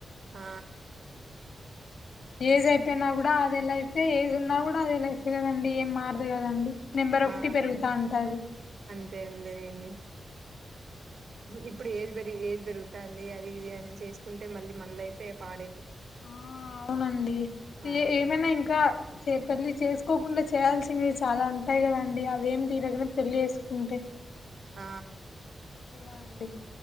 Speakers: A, on the right; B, on the left.
A: ఆ
B: ఏజ్ అయిపోయినా కూడా అదే లైఫే ఏజ్ ఉన్నా కూడా అదే లైఫ కదండి ఏం మార్దు కదండి నెంబర్ ఒకటి
A: ఆ
B: పెరుగుతా ఉంటాది
A: అంతే లెండి ఇప్పుడు ఏజ్ ఏజ్ పెరుగుతుంది అది ఇది అని చేసుకుంటే మళ్ళీ మన లైఫే పాడ
B: ఆ అవునండి
A: ఆ
B: ఏ ఏమైనా ఇంకా తల్లి చేసుకోకుండా చేయాల్సినవి చాలా ఉంటాయి కదాండి అవి ఏమి తీరకనే పెళ్లి చేసుకుంటే
A: ఆ
B: ఎలా అండి